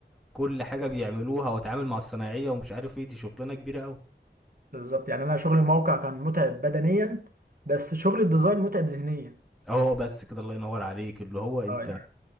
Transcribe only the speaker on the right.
بالظبط يعني أنا شغل الموقع كان متعب بدنيا بس شغل الديزاين متعب ذهنيا
اه يعني